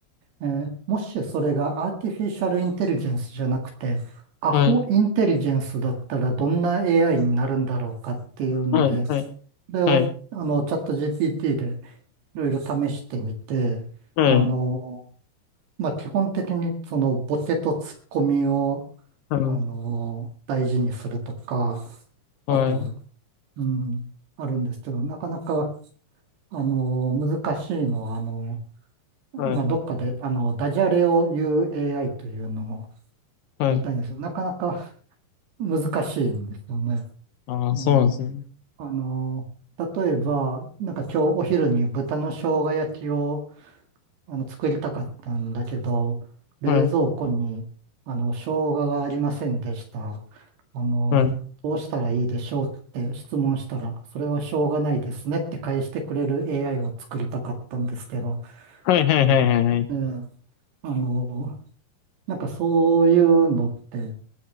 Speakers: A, on the right (about 75°); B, on the left (about 70°).
A: えーもしそれがアーティフィシャルインテリジェンスじゃなくて、
B: はいはいああなるほど確かにはいはいはいはいはいはいはいはいそうですねはい
A: アホインテリジェンスだったらどんな AI になるんだろうかっていうので、
B: はい、
A: それをあのチャット
B: はい、はい、
A: GPT でいろいろ試してみて、
B: はい、
A: あの、まあ、基本的にそのボケとツッコミを、
B: はい、
A: あの、大事にするとか、
B: はい、
A: あと、うん、あるんですけど、なかなか、あの、難しいのは、あの、まあ、
B: はい、
A: どっかで、あの、ダジャレを言う AI というのを
B: はい。
A: 言いたいんですよ。なかなか難しいんですよね。
B: ああ、
A: うん。
B: そうなんですね。
A: あの、例えば、なんか今日お昼に豚の生姜焼きをあの作りたかったんだけど、冷蔵庫に、
B: はい、
A: あの、生姜がありませんでした。あの、
B: はい、
A: どうしたらいいでしょうって質問したら、それはしょうがないですねって返してくれる AI を作りたかったんですけど、
B: はい、はい、
A: うん。
B: はい、はい、
A: ええあの、なんかそういうのって、